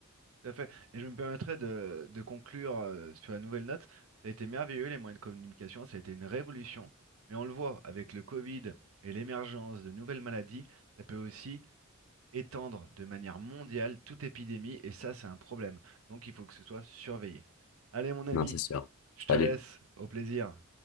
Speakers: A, on the right (about 75°); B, on the left (about 85°).
A: Tout à fait. Et je me permettrai de, de conclure euh, sur la nouvelle note. Ça a été merveilleux, les moyens de communication, ça a été une révolution. Mais on le voit avec le Covid et l'émergence de nouvelles maladies, ça peut aussi étendre de manière mondiale toute épidémie, et ça, c'est un problème. Donc il faut que ce soit surveillé. Allez, mon ami,
B: Non, c'est sûr.
A: je te
B: Salut.
A: laisse, au plaisir.